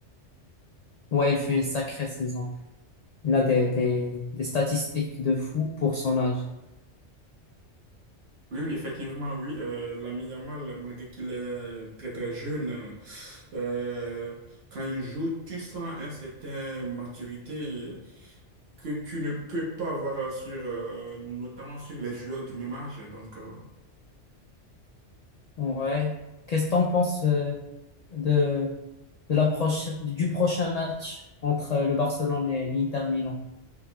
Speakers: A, on the left (about 60°); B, on the right (about 60°).
A: Ouais, il fait une sacrée saison. Il a des, des, des statistiques de fou pour son âge.
B: Oui, oui, effectivement, oui. Euh, l'ami Yamal, malgré qu'il est très très jeune, euh, quand il joue, tu sens un certain maturité que tu ne peux pas voir sur, euh, notamment sur les joueurs du même âge. Donc, euh,
A: Ouais. Qu'est-ce que t'en penses euh, de, de l'approche du prochain match entre euh, le Barcelone et l'Inter Milan?